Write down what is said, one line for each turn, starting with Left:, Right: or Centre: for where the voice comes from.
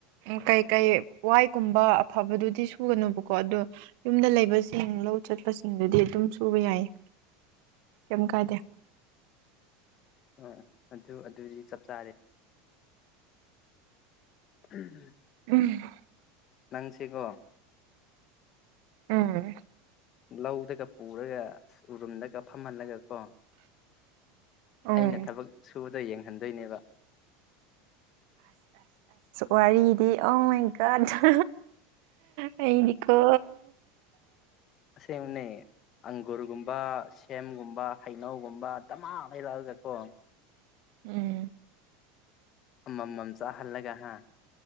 Right: ꯎ ꯀꯩꯀꯩ ꯋꯥꯏꯒꯨꯝꯕ ꯑꯐꯕꯗꯨꯗꯤ ꯁꯨꯒꯅꯣꯕꯀꯣ ꯑꯗꯣ ꯌꯨꯝꯗ ꯂꯩꯕꯁꯤꯡ ꯂꯧ ꯆꯠꯄꯁꯤꯡꯗꯨꯗꯤ ꯑꯗꯨꯝ ꯁꯨꯕ ꯌꯥꯏꯌꯦ ꯀꯩ ꯀꯥꯏꯗꯦ
Left: ꯑ ꯑꯗꯨ ꯑꯗꯨꯗꯤ ꯆꯞ ꯆꯥꯔꯦ ꯎꯝꯝ
Right: ꯎꯝ
Left: ꯅꯪꯁꯤꯀꯣ
Right: ꯎꯝ
Left: ꯂꯧꯧꯗꯒ ꯄꯨꯔꯒ ꯑ ꯎꯔꯨꯝꯗꯒ ꯐꯝꯍꯜꯂꯒ ꯀꯣ
Right: ꯎꯝ
Left: ꯑꯩꯅ ꯊꯕꯛ ꯁꯨꯕꯗꯣ ꯌꯦꯡ ꯑꯣꯏꯍꯟꯗꯣꯏꯅꯦꯕ
Right: ꯋꯥꯔꯤꯔꯤꯗꯤ ꯑ ꯑꯩꯀꯗ ꯑꯩꯗꯤꯀꯣ
Left: ꯁꯦ ꯅꯌꯦ ꯑꯪꯒꯨꯔꯒꯨꯝꯕ ꯁꯦꯝꯒꯨꯝꯕ ꯍꯩꯅꯧꯒꯨꯝꯕ ꯇꯃꯥ ꯂꯩꯩꯔꯛꯑꯒꯀꯣ
Right: ꯎꯝ
Left: ꯑꯃꯃꯝ ꯆꯥꯍꯜꯂꯒ ꯍꯥ